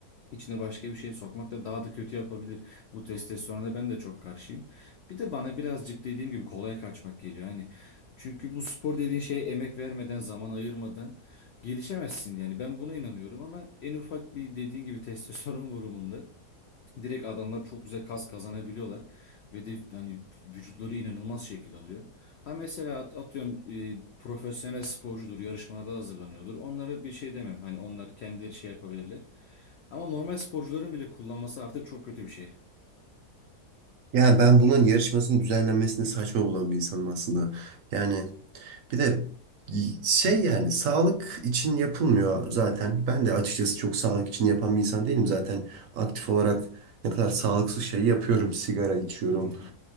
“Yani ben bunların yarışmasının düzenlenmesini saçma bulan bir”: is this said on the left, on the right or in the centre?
Right